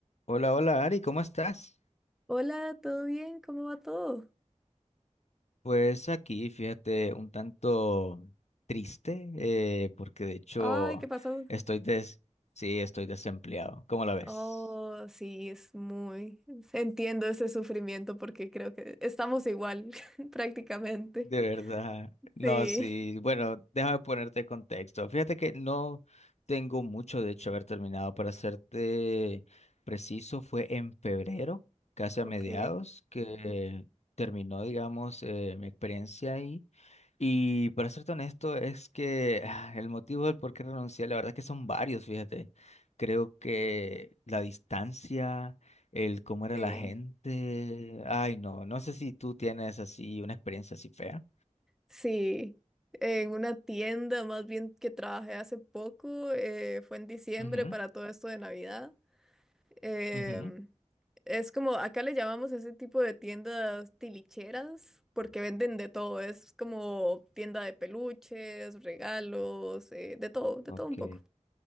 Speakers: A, on the left; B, in the centre.
A: Hola, hola Ari, ¿cómo estás?
B: Hola, ¿todo bien? ¿Cómo va todo?
A: Pues aquí, fíjate, un tanto triste, eh, porque de hecho
B: Ay, ¿qué pasó?
A: estoy des sí, estoy desempleado. ¿Cómo la ves?
B: Oh, sí, es muy... Entiendo ese sufrimiento porque creo que estamos igual <laughs> prácticamente.
A: De verdad. No,
B: Sí,
A: sí. Bueno, déjame ponerte en contexto. Fíjate que no tengo mucho, de hecho, haber terminado. Para serte preciso, fue en febrero, casi a
B: ok,
A: mediados, que terminó, digamos, eh, mi experiencia Y para serte honesto, es que ah, el motivo del por qué renuncié, la verdad es que son varios, fíjate. Creo que la distancia, el cómo era
B: sí.
A: la gente, ay no, no sé si tú tienes así una experiencia así fea.
B: Sí, en una tienda más bien que trabajé hace poco, eh, fue en diciembre
A: Ujú,
B: para todo esto de Navidad. Em,
A: ujú,
B: es como, acá le llamamos ese tipo de tiendas tilicheras, porque venden de todo, es como tienda de peluches, regalos, eh, de todo, de
A: Ok,
B: todo un poco.